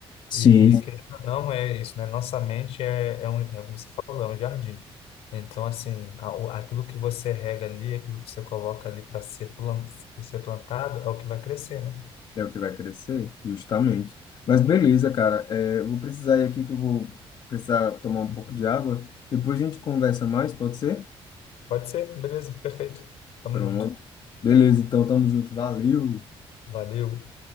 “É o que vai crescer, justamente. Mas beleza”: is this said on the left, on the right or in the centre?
Left